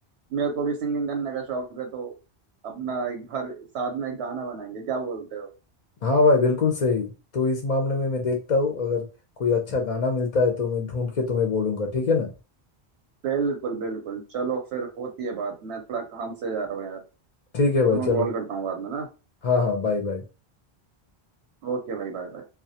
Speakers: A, on the right (about 85°); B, on the left (about 55°).
A: मेरे को भी सिंगिंग करने का शौक है तो अपना एक बार साथ में एक गाना बनाएंगे क्या बोलते हो
B: हाँ भाई बिल्कुल सही तो इस मामले में मैं देखता हूँ अगर कोई अच्छा गाना मिलता है तो मैं ढूंढ के तुम्हें बोलूंगा ठीक है ना
A: बिल्कुल बिल्कुल चलो फिर होती है बात मैं थोड़ा काम से जा रहा हूँ यार
B: ठीक है भाई
A: तुम्हें
B: चलो
A: कॉल करता हूँ बाद में ना
B: हाँ हाँ बाय बाय
A: ओके भाई बाय